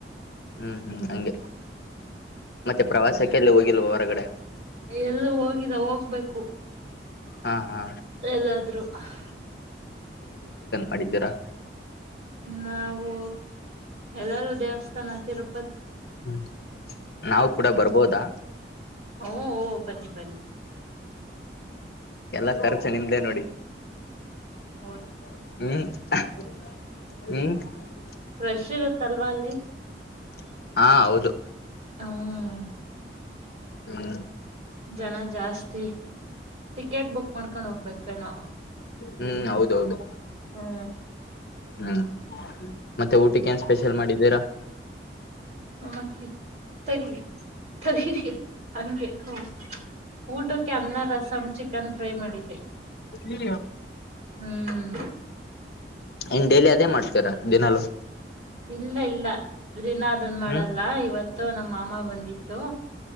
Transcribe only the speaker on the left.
ಹು ಹು ಹಂಗೆ ಮತ್ತೆ ಪ್ರವಾಸಕ್ಕೆ ಎಲ್ಲಿ ಹೋಗಿಲ್ವ ಹೊರಗಡೆ
ಹಾ ಹಾ
ಆಡಿದ್ದೀರಾ
ಹು ನಾವು ಕೂಡ ಬರ್ಬೋದಾ
ಎಲ್ಲಾ ಖರ್ಚ ನಿಮ್ದೇ ನೋಡಿ
ಹು ಹಕ್ ಹು
ಪ್ಚ್ ಹಾ ಹೌದು
ಹ್ಹು
ಹು ಹೌದು ಹೌದು
ಹು ಮತ್ತೆ ಊಟಕ್ಕೆ ಏನ ಸ್ಪೆಷಲ್ ಮಾಡಿದ್ದೀರಾ
ಇ
ಇನ್ ಡೈಲಿ ಅದೇ ಮಾಡ್ತೀರ ದಿನಲುೂ
ಹ್ಮ್